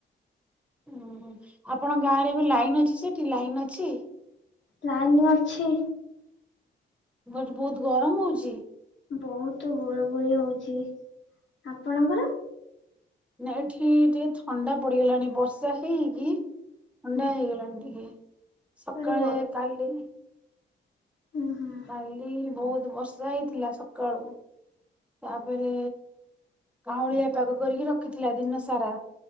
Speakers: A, in the centre; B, on the left.
A: ଉଁ ଆପଣଙ୍କ ଗାଁରେ ଏବେ ଲାଇନ୍ ଅଛି ସେଠି ଲାଇନ୍ ଅଛି?
B: ଲାଇନ୍ ଅଛି।
A: ବଟେ ବହୁତ ଗରମ ହଉଛିି?
B: ବହୁତ ଗୁଳୁଗୁଳି ହଉଛି ଆପଣଙ୍କର,?
A: ନା ଏଠି ଟିକେ ଥଣ୍ଡା ପଡିଗଲାଣି ବର୍ଷା ହେଇକି। ଥଣ୍ଡା
B: ହଁ
A: ହେଇଗଲାଣି ଟିକେ ସକାଳେ
B: ଇଆଡ଼େ
A: ଖାଲି।
B: ଉଁ ହୁଁ।
A: କାଲି ବହୁତ ବର୍ଷା ହେଇଥିଲା ସକାଳୁ। ତାପରେ କାଉଁଳିଆ ପାଗ କରିକି ରଖିଥିଲା ଦିନ ସାରା।